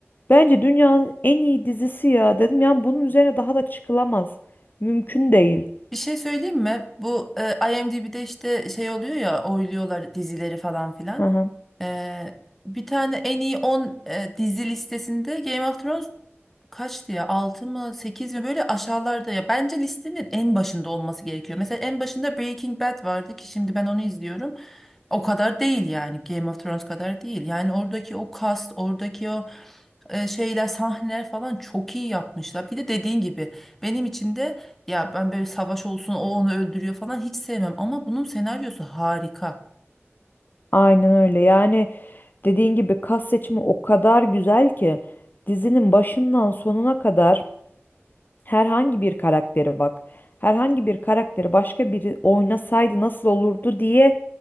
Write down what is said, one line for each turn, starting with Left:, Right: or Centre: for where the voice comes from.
Left: Bence dünyanın en iyi dizisi ya dedim. Yani bunun üzerine daha da çıkılamaz. Mümkün değil.
Centre: Bir şey söyleyeyim mi? Bu e, IMDb'de işte şey oluyor ya oyluyorlar dizileri falan filan.
Left: Hı hı.
Centre: E, bir tane en iyi 10 e, dizi listesinde Game of Thrones kaçtı ya 6 mı 8 mi böyle aşağılarda ya bence listenin en başında olması gerekiyor. Mesela en başında Breaking Bad vardı ki şimdi ben onu izliyorum. O kadar değil yani Game of Thrones kadar değil. Yani oradaki o cast, oradaki o e, şeyler, sahneler falan çok iyi yapmışlar. Bir de dediğin gibi benim için de ya ben böyle savaş olsun, o onu öldürüyor falan hiç sevmem ama bunun senaryosu harika.
Left: Aynen öyle. Yani dediğin gibi kas seçimi o kadar güzel ki dizinin başından sonuna kadar herhangi bir karaktere bak. Herhangi bir karakteri başka biri oynasaydı nasıl olurdu diye